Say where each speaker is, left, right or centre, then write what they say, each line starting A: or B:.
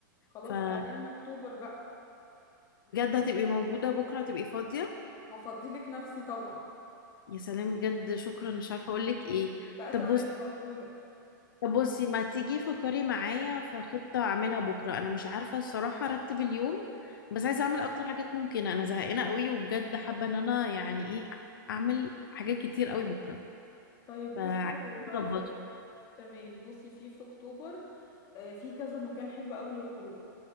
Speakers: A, on the left; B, on the left.
A: خلاص
B: فبجد
A: تعالي لنا اكتوبر بقى
B: هتبقي موجوده بكره هتبقي فاضيه
A: هفضيلك نفسي طبعا
B: يا سلام بجد شكرا مش عارفه اقول لك ايه
A: لا تمام
B: طب بصي
A: موجودة
B: طب بصي ما تيجي فكري معايا في خطة أعملها بكرة أنا مش عارفة الصراحة أرتب اليوم بس عايزة أعمل أكتر حاجات ممكنة أنا زهقانة قوي وبجد حابة إن أنا يعني إيه أعمل حاجات كتير قوي بكرة
A: طيب
B: فعايزة
A: بصي هو
B: أظبطه
A: في تمام بصي في في اكتوبر آه، في كذا مكان حلو قوي للخروج